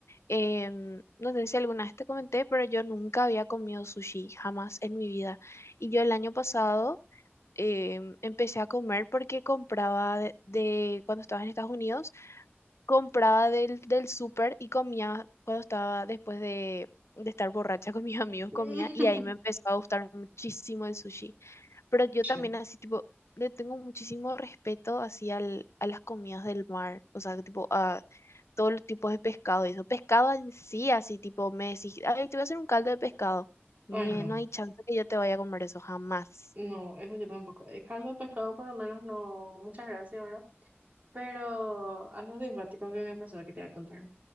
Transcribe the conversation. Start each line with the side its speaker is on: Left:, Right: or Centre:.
Left: Em, no sé si alguna vez te comenté, pero yo nunca había comido sushi, jamás en mi vida. Y yo el año pasado em, empecé a comer porque compraba de, de- cuando estaba en Estados Unidos, compraba del, del súper y comía cuando estaba después de, de estar borracha <laughs> con mis amigos,
Right: <laughs>
Left: comía y ahí me empezó a gustar muchísimo el sushi. Pero yo también
Right: Ya.
Left: así tipo... Le tengo muchísimo respeto así al a las comidas del mar, o sea, tipo a todos los tipos de pescado y eso. Pescado en sí, así tipo, me decís, ay, te voy a hacer un caldo de pescado. Ni,
Right: Ay, no.
Left: no hay chance que yo te vaya a comer eso jamás.
Right: No, eso yo tampoco. El caldo de pescado por lo menos no. Muchas gracias, ¿verdad? Pero algo simpático que me pasó que te voy a contar.